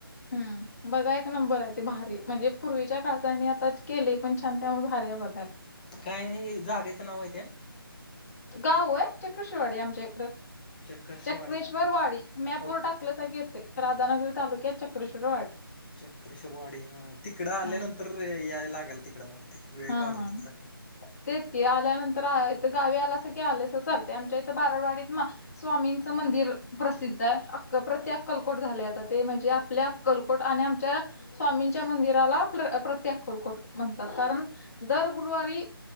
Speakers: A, on the left (about 40°); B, on the left (about 20°).
A: हम् बघा एक नंबर आहे ते भारी म्हणजे पूर्वीच्या काळचाने आता केले पण छानतमुळे भारी आहे बघा.
B: काय जागेचं नाव आहे ते
A: गाव आहे चक्रशवाडी आमचे
B: चकसवाडी
A: चक्रेश्वर
B: का
A: वाडी मॅप
B: ओके
A: वर टाकलं येते. राधानगरी तालुक्यात चक्रेश्वरवाडी
B: चक्रेश्वरवाडी ह तिकडं आल्यानंतर
A: हा
B: याय लागेल तिकडं मग ते वेळ
A: हा
B: काढूनच.
A: हा तेच की आल्यानंतर इथ गावी आलास की आलेस चालते आमच्या इथ बारावाडीत. स्वामींचं मंदिर प्रसिद्ध आहे अ प्रत्ये कलकोट झाले आता ते म्हणजे आपल्या कलकोट आणि आमच्या स्वामींच्या मंदिराला प्रत्येक कलकोट म्हणतात कारण दर गुरुवारी